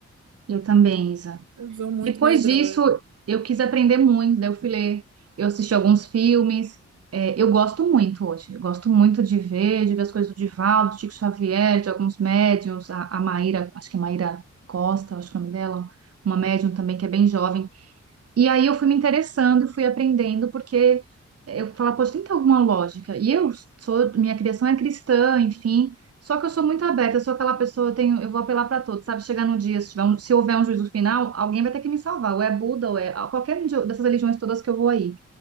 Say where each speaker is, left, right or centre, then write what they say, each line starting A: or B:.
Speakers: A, on the right (about 55°); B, on the right (about 80°).
A: eu também, Isa.
B: eu sou muito
A: Depois
B: medrosa.
A: disso, eu quis aprender muito, daí eu fui ler, eu assisti alguns filmes. É, eu gosto muito hoje, eu gosto muito de ver, de ver as coisas do Divaldo, do Chico Xavier, de alguns médiums, a, a Maíra, acho que é Maíra Costa, acho que é o nome dela, uma médium também que é bem jovem. E aí eu fui me interessando e fui aprendendo, porque eu falava, poxa, tem que ter alguma lógica. E eu sou, minha criação é cristã, enfim, só que eu sou muito aberta, eu sou aquela pessoa, eu tenho, eu vou apelar para todos, sabe? Chegar no dia, se tiver um- se houver um juízo final, alguém vai ter que me salvar, ou é Buda, ou é qualquer um de- dessas religiões todas que eu vou aí.